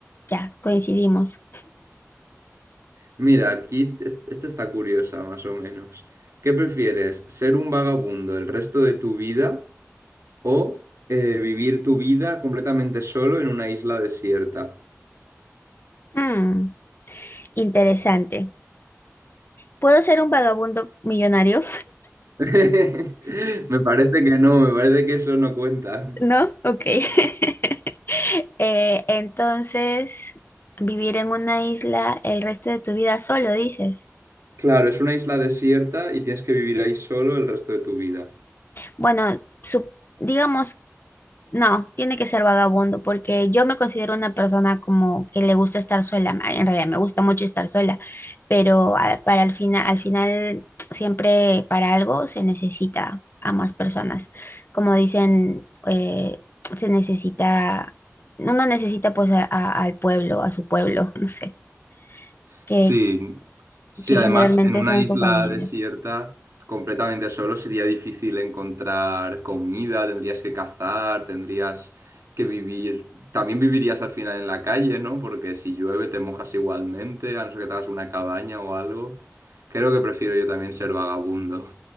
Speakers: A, on the left; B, on the right.
A: ya, coincidimos.
B: Mira, aquí es- esta está curiosa, más o menos. ¿Qué prefieres? ¿Ser un vagabundo el resto de tu vida o eh, vivir tu vida completamente solo en una isla desierta?
A: Hmm, interesante. ¿Puedo ser un vagabundo millonario?
B: <laughs> Me parece que no, me parece que eso no cuenta.
A: ¿No? Ok. <laughs> Eh, entonces, vivir en una isla el resto de tu vida solo, dices.
B: Claro, es una isla desierta y tienes que vivir ahí solo el resto de tu vida.
A: Bueno, su- digamos, no, tiene que ser vagabundo, porque yo me considero una persona como que le gusta estar sola. ma- En realidad me gusta mucho estar sola, pero a- para al final, al final <tsk> siempre para algo se necesita a más personas. Como dicen, eh, <tsk> se necesita, uno necesita pues a- a- al pueblo, a su pueblo, <laughs> no sé. que,
B: Sí, sí,
A: que
B: además
A: generalmente
B: en una
A: son
B: isla
A: su familia.
B: desierta completamente solo sería difícil encontrar comida, tendrías que cazar, tendrías que vivir, también vivirías al final en la calle, ¿no? Porque si llueve te mojas igualmente, a no ser que te hagas una cabaña o algo. Creo que prefiero yo también ser vagabundo.